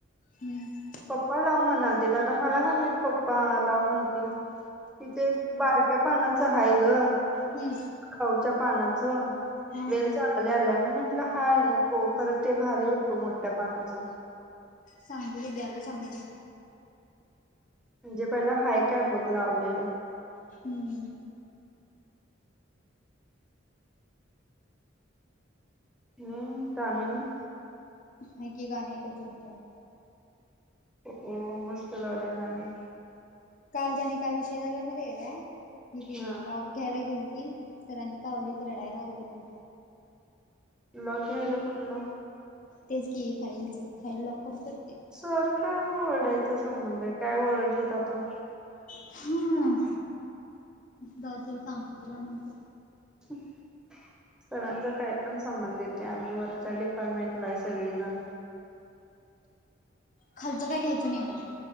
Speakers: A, on the left (about 40°); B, in the centre.
A: हम्म..
B: पप्पा लाव म्हणालतीत ते आता मला काय माहित पप्पा लाव म्हणतील. तिथे एक बारक्या पानाचं हाय ग.
A: हम्म
B: खावूच्या पानाचं.
A: हा
B: वेल चांगले आल्या मी म्हटलं हाय नको खरं ते भारी होतो मोठ्या पानाचं.
A: सांगते की द्यायला सांगतो.
B: म्हणजे पहिला हाय काय बघ लावलेलं.
A: हम्म
B: हम्म. कामिनी.
A: आहे की गाणी ऐकत जोपल्या.
B: हम मस्त लावल्या गाणे.
A: कालचाने काय विषे झालय मध्ये म्हायते काय दीन
B: हा
A: लॉक घ्यायला गेलीती सरांनी कावलीत रडायला लागली ती.
B: लॉक घ्यायला कुठलं?
A: तेच की, फाईलचं फाईल लॉक करत्यात ते
B: सारक ओरडायचं संबंध आहे काय? वरडलेत आता
A: हा. सांगतो तुला नंतर
B: हम सरांचा काय पण संबंधित येतोय. आम्ही वरच्या डिपार्टमेंटला आहे सगळीजण
A: खालचं काय घ्यायचं नाही मग,